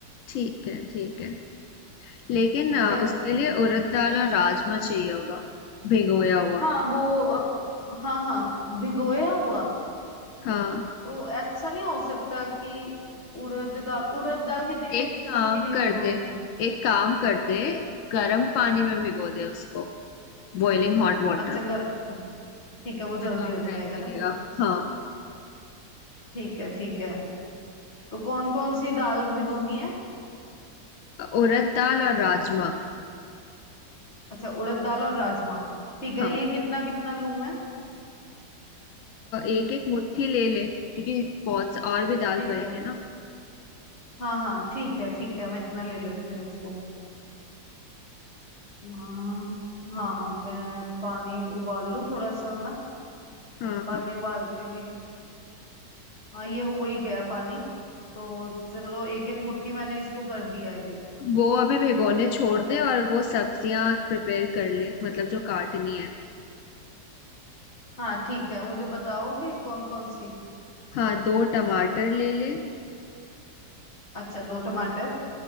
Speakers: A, on the left; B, on the left.
A: ठीक है ठीक है लेकिन
B: ठीक
A: आ,
B: है
A: उसके लिए उड़द दाल और राजमा चाहिए होगा भिगोया हुआ
B: हाँ वो अ, हाँ हाँ भिगोया हुआ
A: हाँ
B: तो ऐसा नहीं हो सकता कि उड़द दाल उड़द दाल कितनी देर
A: एक काम
B: तक के लिए
A: कर
B: भिगोनी
A: दे
B: है
A: एक काम कर दे गर्म पानी में भिगो दे उसको बॉइलिंग हॉट वाटर
B: अच्छा
A: में
B: गर्म ठीक है वो
A: तो
B: जल्दी
A: कम
B: हो
A: टाइम
B: जाएगा
A: लगेगा
B: ना फिर
A: हाँ
B: ठीक है ठीक है तो कौन कौन सी दाल भिगोनी है
A: उड़द दाल और राजमा
B: अच्छा उड़द दाल और राजमा ठीक
A: हाँ
B: है ये कितना कितना लूं मैं
A: एक एक मुट्ठी ले ले क्योंकि बहुत सा- और भी दाल
B: ठीक
A: पड़ेंगे
B: है
A: ना
B: हाँ हाँ ठीक है ठीक है मैं इतना ले लेती हूँ इसको हाँ हाँ मैं पानी उबाल लूं थोड़ा सा है ना
A: हाँ
B: पानी
A: हाँ
B: उबाल के अभी हाँ ये हो ही गया पानी तो चलो एक एक मुट्ठी मैंने इसको कर दिया है
A: वो अभी भिगोने छोड़
B: अब
A: दे और वो सब्जियां प्रिपेयर कर ले मतलब जो काटनी है
B: हाँ ठीक है मुझे बताओगे कौन कौन सी
A: हाँ दो टमाटर ले ले
B: अच्छा दो टमाटर